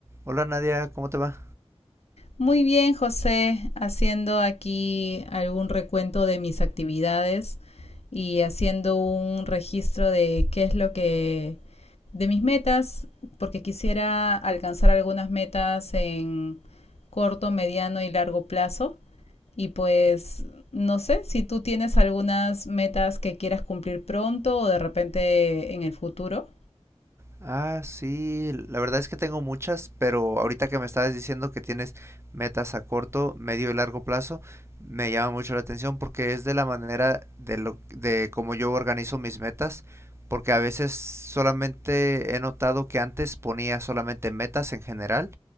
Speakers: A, on the right; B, on the left.
A: Hola Nadia, ¿cómo te va?
B: Muy bien, José, haciendo aquí algún recuento de mis actividades y haciendo un registro de qué es lo que de mis metas, porque quisiera alcanzar algunas metas en corto, mediano y largo plazo. Y pues no sé si tú tienes algunas metas que quieras cumplir pronto o de repente en el futuro.
A: Ah, sí, la verdad es que tengo muchas, pero ahorita que me estabas diciendo que tienes metas a corto, medio y largo plazo, me llama mucho la atención porque es de la manera de lo de cómo yo organizo mis metas, porque a veces solamente he notado que antes ponía solamente metas en general